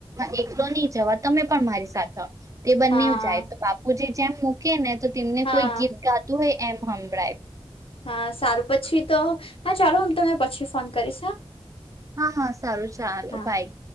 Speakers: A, on the right; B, on the left.
A: એ એકલો નહી, જવા તમે પણ મારી સાથે તે બંને
B: હા
A: જાય, તો બાપુ જે જેમ મૂકે ને તો તેમને
B: હા
A: કોઈ ગીફ ગા હોય, એમ હભળાય
B: હા, સારું પછી, તો હા ચાલો હું તને પછી ફોન કરી, શ હા
A: હા, હા સારુ ચાલો
B: હા.
A: ભાઈ